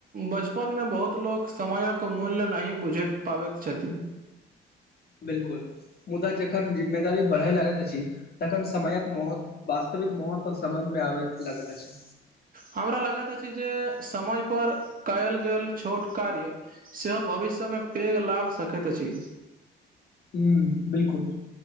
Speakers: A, on the right; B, on the left.
A: बचपन मे बहुत लोक समयक मूल्य नहि बुझति पाबति छथिन
B: बिलकुल मुदा जखन जिम्मेदारी बढ़इ लागति अछि तखन समयक महत्व वास्तविक महत्व समझमे आबति लगति अछि
A: हमरा लगैत अछि जे समय पर कयल गेल छोट कार्य सेहो भविष्यमे पैघ लाभ सकैत अछि
B: हुँ बिलकुल